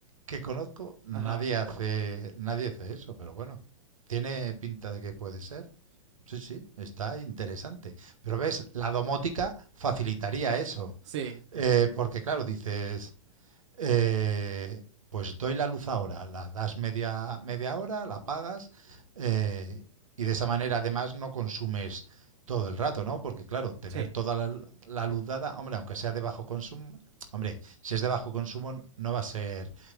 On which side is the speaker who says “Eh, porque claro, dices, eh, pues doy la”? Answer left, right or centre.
Right